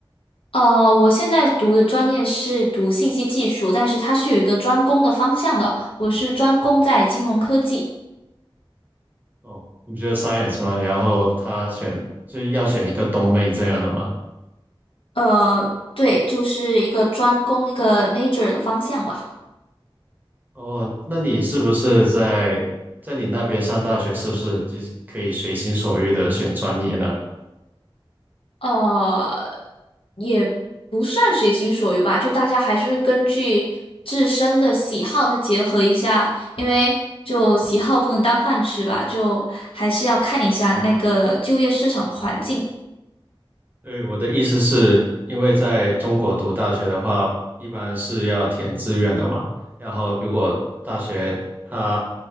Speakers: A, on the left; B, on the right.
A: 呃，我现在读的专业是读信息技术，但是它是有一个专攻的方向的。我是专攻在金融科技，
B: 哦，你不就 science 吗？然后他选就要选一个东妹这样的吗？
A: 呃，对，就是一个专攻一个 major 的方向吧。
B: 哦，那你是不是在在你那边上大学，是不是就可以随心所欲的选专业呢？
A: 呃，也不算随心所欲吧，就大家还是会根据自身的喜好再结合一下，因为就喜好不能当饭吃吧，就还是要看一下那个就业市场的环境。
B: 对，我的意思是，因为在中国读大学的话，一般是要填志愿的嘛。然后如果大学它